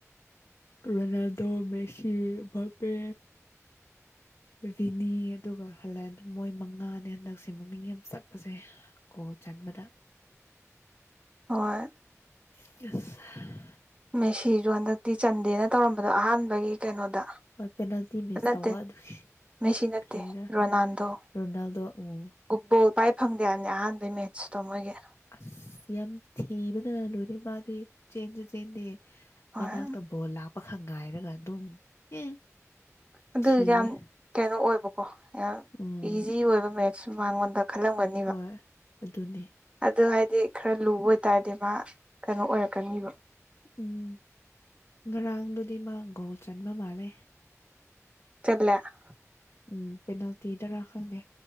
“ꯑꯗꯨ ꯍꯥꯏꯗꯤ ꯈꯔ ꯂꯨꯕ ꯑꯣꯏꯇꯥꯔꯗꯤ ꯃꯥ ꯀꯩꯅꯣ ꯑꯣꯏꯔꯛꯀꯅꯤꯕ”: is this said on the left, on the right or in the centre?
Right